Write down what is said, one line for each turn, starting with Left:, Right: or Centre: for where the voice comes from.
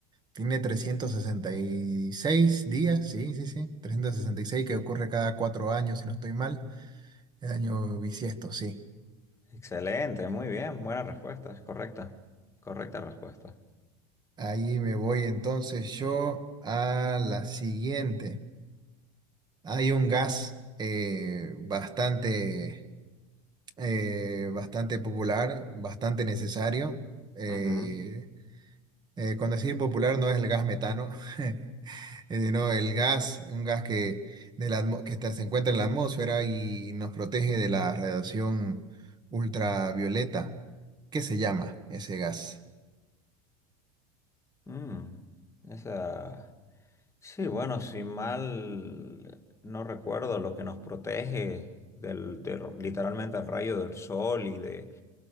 Right: tiene 366 días, sí, sí, sí, 366 que ocurre cada cuatro años, si no estoy mal, el año bisiesto, sí.
Left: Excelente, muy bien, buena respuesta, es correcta, correcta respuesta.
Right: Ahí me voy entonces yo a la siguiente. Hay un gas eh, bastante, eh, bastante popular, bastante necesario. eh,
Left: Ujú.
Right: eh, con decir popular no es el gas metano. <laughs> Eh, no, el gas, un gas que, de la atmo- que está- se encuentra en la atmósfera y nos protege de la radiación ultravioleta. ¿Qué se llama ese gas?
Left: Mm, Esa. Sí, bueno, si mal no recuerdo, lo que nos protege del, de- literalmente al rayo del sol y de